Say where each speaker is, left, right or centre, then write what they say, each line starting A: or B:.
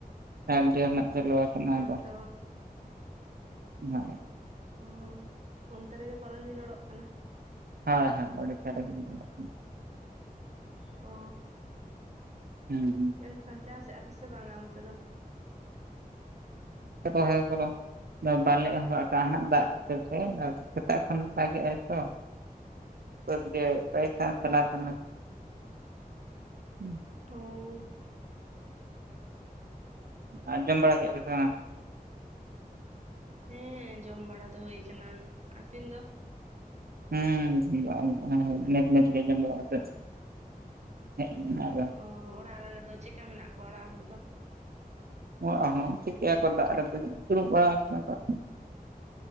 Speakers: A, on the right; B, on the right.
A: ᱱᱟᱜ ᱪᱟᱹᱞᱩ ᱟᱠᱟᱱᱟ
B: ᱦᱳᱭᱛᱚ
A: ᱟᱫᱚ ᱦᱮ
B: ᱚ ᱚᱱᱛᱮ ᱨᱮᱜᱮ ᱯᱟᱞᱚᱱ ᱵᱤᱱ ᱚᱰᱚᱜ ᱠᱟᱱᱟ
A: ᱦᱮ ᱦᱮ ᱩᱰᱤᱥᱥᱟ ᱨᱮᱜᱮ ᱞᱤᱧ ᱚᱞᱚᱜ ᱠᱟᱱᱟ
B: ᱚ
A: ᱦᱮᱸ ᱦᱩᱸ
B: ᱮᱱᱠᱷᱟᱱ ᱪᱟᱥ ᱮᱜᱼᱟ ᱯᱮ ᱥᱮ ᱵᱟᱝᱟ ᱚᱱᱛᱮ ᱫᱚ?
A: <unintelligible> ᱫᱚ ᱵᱟᱞᱮ ᱮᱦᱚᱵᱟ ᱟᱠᱟᱱᱟᱜ ᱫᱟᱜ ᱠᱷᱟᱹᱛᱤᱨ ᱛᱮ ᱥᱮᱛᱟᱜ ᱠᱷᱚᱱ ᱫᱟᱜᱮᱜᱟᱭ ᱛᱚ ᱾ ᱵᱟᱹᱫᱽ ᱜᱮ ᱯᱟᱹᱭᱥᱟ <unintelligible>
B: ᱚ
A: ᱠᱷᱟᱱ᱾ ᱦᱩᱸ
B: ᱛᱳᱻ
A: ᱟᱨ ᱡᱚᱢ ᱵᱟᱲᱟ ᱠᱮᱜᱼᱟ ᱯᱮᱥᱮ ᱵᱟᱝ?
B: ᱦᱮᱸ ᱡᱚᱢ ᱵᱟᱲᱟ ᱫᱚ ᱦᱩᱭ ᱠᱟᱱᱟ ᱾ ᱟᱯᱤᱱ ᱫᱚ?
A: ᱦᱩᱸ <inaudible> ᱢᱮᱪ ᱢᱮᱪ ᱜᱮ ᱡᱚᱢ ᱵᱟᱲᱟ ᱠᱟᱛᱮᱫ ᱦᱮᱪ ᱱᱟ᱾
B: ᱚᱻ ᱚᱲᱟᱜ ᱨᱮᱫᱚ ᱪᱮᱜᱠᱟ ᱢᱮᱱᱟᱜ ᱠᱚᱣᱟ ᱚᱲᱟᱜ ᱦᱚᱲ ᱫᱚ?
A: ᱚᱲᱟᱜ ᱦᱚᱸ ᱪᱤᱠᱟᱹᱭᱟᱠᱚ ᱫᱟᱜ ᱨᱮ ᱫᱚ ᱫᱩᱲᱩᱵ ᱵᱟᱲᱟᱣ ᱠᱟᱱᱟ ᱠᱚ ᱾